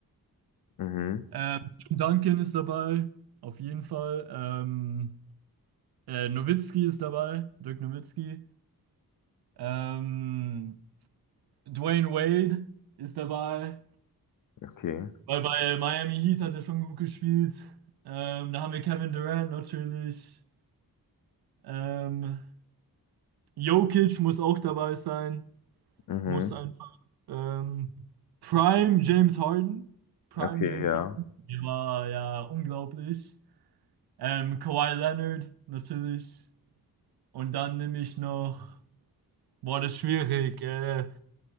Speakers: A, on the left; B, on the right.
A: Mhm.
B: Ähm, Tim Duncan ist dabei, auf jeden Fall. Ähm, äh, Nowitzki ist dabei, Dirk Nowitzki. Ähm, Dwayne Wade ist dabei,
A: Okay.
B: weil bei Miami Heat hat er schon gut gespielt. Ähm, da haben wir Kevin Durant natürlich. Ähm, Jokic muss auch dabei sein,
A: Mhm.
B: muss einfach. Ähm, Prime James Harden. Prime
A: Okay,
B: James
A: ja.
B: Harden. Der war ja unglaublich. Ähm, Kawhi Leonard natürlich. Und dann nehme ich noch. Boah, das ist schwierig. Äh,